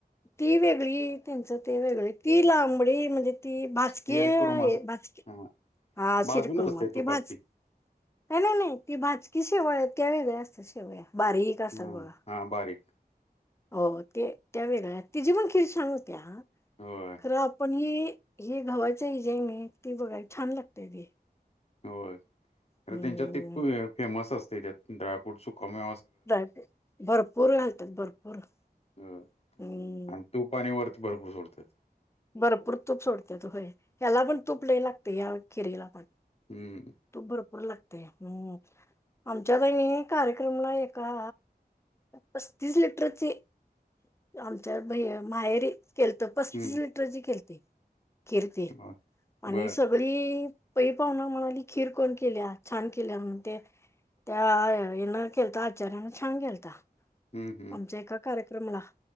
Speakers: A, on the left (about 15°); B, on the left (about 40°).
A: ती वेगळी त्यांचं ते वेगळे ती लांबडी म्हणजे ती भाजकीे
B: खीर
A: आहे
B: कुर्मा
A: भाजकीे
B: हा
A: हा
B: भाजूनच
A: शिरकुर्म
B: असते
A: ती
B: तुपात
A: भाज नाही नाही नाही ती भाजकी शेवया आहेत त्या वेगळ्या असतं शेवया बारीक असतात
B: हम्म
A: बघा
B: हा बारीक
A: हो ते त्या वेगळे तिजी पण खीर होत्या
B: होय
A: खरं आपण ही हे घव्हाचे ह जे आहे नाही ती बघाय छान लागतेय ती
B: हो अरे
A: हम्म
B: त्यांच्यात ते फेमस असते त्यात ड्रायफ्रूट सुखमे
A: ायप भरपूर घालतात भरपूर हम्
B: होय. आणि तू पा आणि वर ते भरपूर सोडतात
A: भरपूर तूप सोडते तो होय ह्याला पण तूप लय लागते या खिरीला पण
B: हम्म
A: तू बर लागते हम् आमच्या कार्यक्रमला एका पस्तीस लिटरची आमच्या माहेरी केलत पस्तीस
B: हम्म
A: लिटरची केलते किरती
B: होय.
A: आणि
B: बर
A: सग बरी पै पाहना म्हणाली खीर कोण केल्या छान केल्या म्हण ते त्या हन केलता आचार छान केलता
B: हम्म हम्म
A: आमच्या एका कार्यक्रमला